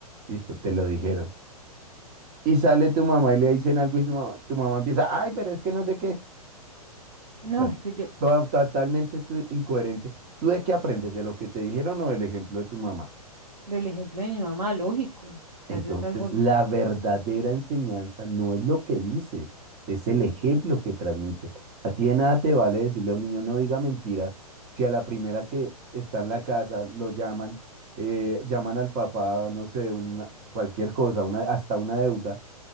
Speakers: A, on the right; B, on the right.
A: Listo, te lo dijeron. Y sale tu mamá y le dicen algo y su mamá, tu mamá empieza, ay, pero es que no sé qué.
B: No,
A: O sea,
B: es que yo,
A: toda- totalmente tú- incoherente. ¿Tú de qué aprendes? ¿De lo que te dijeron o del ejemplo de tu mamá?
B: del ejemplo de mi mamá, lógico.
A: Entonces,
B: Eso es algo. lo-
A: la verdadera enseñanza no es lo que dices, es el ejemplo que transmites. A ti de nada te vale decirle a un niño no diga mentiras si a la primera que está en la casa lo llaman, eh, llaman al papá, no sé, una, cualquier cosa, una, hasta una deuda,